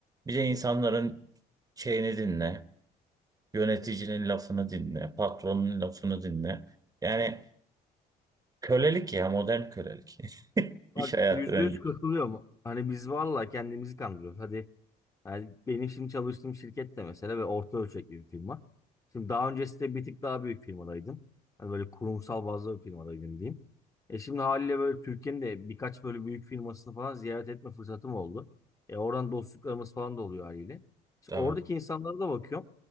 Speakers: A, on the right; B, on the left.
A: Bir de insanların şeyini dinle, yöneticinin lafını dinle, patronun lafını dinle. Yani kölelik ya modern kölelik. <laughs> İş
B: Bak
A: hayatı
B: yüzde
A: bence.
B: yüz katılıyorum. Hani biz valla kendimizi kandırıyoruz. Hadi Yani benim şimdi çalıştığım şirket de mesela ve orta ölçekli bir firma. Şimdi daha öncesinde bir tık daha büyük firmadaydım. Hani böyle kurumsal bazlı bir firmadaydım diyeyim. E şimdi haliyle böyle Türkiye'nin de birkaç böyle büyük firmasını falan ziyaret etme fırsatım oldu. E oradan dostluklarımız falan da oluyor haliyle. Şimdi
A: Tabii.
B: oradaki insanlara da bakıyorum.